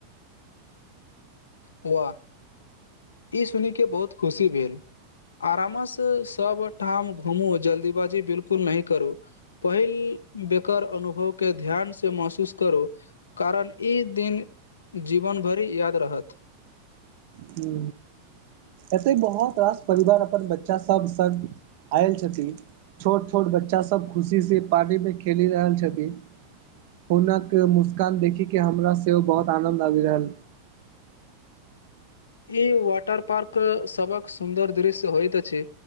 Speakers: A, on the left; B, on the right.
A: हुआ ई सुनि के बहुत खुशी भेल आरामस्य से सब ठाम घुमू जल्दीबाजी बिलकुल न करू पहिल बेकर अनुभव के ध्यान से महसूस करु कारण ई दिन जीवन भरि याद रहत
B: हू एते बहुत रास परिवार अपन बच्चा सब संग संग आयल छथिन छोट छोट बच्चा सब खुशी से पार्टी में खेली रहल छथिन पहुंचना के मुस्कान देखि के हमरा सेहो बहुत आनन्द आबि रहल
A: ई वाटर पार्क सबक सुन्दर दृश्य होयइत अछि